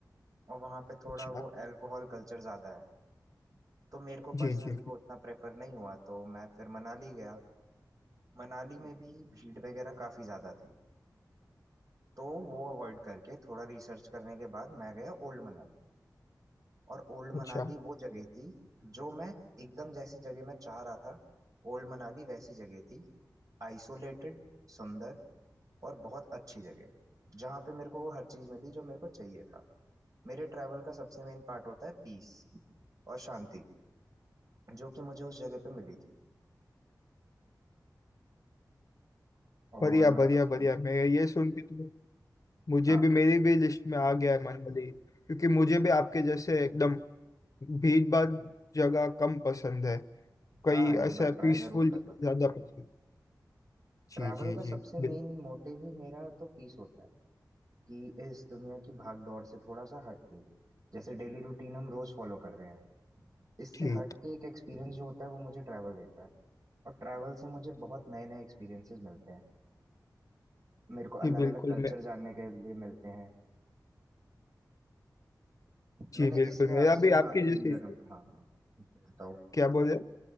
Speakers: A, on the right; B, on the left.
A: और वहाँ पे थोड़ा
B: अच्छा
A: वो अल्कोहल कल्चर ज्यादा है तो मेरे को
B: जी
A: पर्सनली
B: जी
A: वो
B: जी
A: उतना प्रेफर नहीं हुआ तो मैं फिर मनाली गया मनाली में भी भीड़ वगैरह काफी ज्यादा थी तो वो अवॉइड करके थोड़ा रिसर्च करने के बाद मैं गया ओल्ड मनाली और ओल्ड मनाली
B: अच्छा
A: वो जगह थी जो मैं एकदम जैसी जगह मैं चाह रहा था ओल्ड मनाली वैसी जगह थी आइसोलेटेड सुंदर और बहुत अच्छी जगह जहाँ पे मेरे को वो हर चीज मिली जो मेरे को चाहिए था मेरे ट्रैवल का सबसे मेन पार्ट होता है पीस और शांति जो कि मुझे उस जगह पे मिली थी और
B: बढ़िया बढ़िया
A: मैं आपको-
B: बढ़िया मैं ये सुन के तो मुझे
A: हाँ
B: भी मेरी भी लिस्ट में आ गया है मनाली क्योंकि मुझे भी आपके जैसे एकदम भीड़ भाड़ जगह कम पसंद है कई
A: हाँ एक
B: ऐसा
A: बार ट्राई
B: पीसफुल
A: जरूर करना
B: ज्यादा पसंद जी
A: ट्रैवल
B: जी
A: का
B: जी
A: सबसे मेन
B: बिल्कुल
A: मोटिव ही मेरा तो पीस होता है कि इस दुनिया की भाग दौड़ से थोड़ा सा हट के जैसे डेली रूटीन हम रोज फॉलो कर रहे हैं इससे
B: जी
A: हट के एक एक्सपीरियंस जो होता है वो मुझे ट्रैवल देता है और ट्रैवल से मुझे बहुत नए नए एक्सपीरियंसेस मिलते हैं मेरे को
B: जी
A: अलग
B: बिल्कुल
A: अलग कल्चर
B: मैं
A: जानने के लिए मिलते हैं
B: जी
A: मैंने
B: बिल्कुल
A: इसलिए
B: मेरा
A: आपसे
B: भी
A: बाकी
B: आपके जैसे
A: इंडिया का हाँ हाँ, बताओ
B: क्या बोले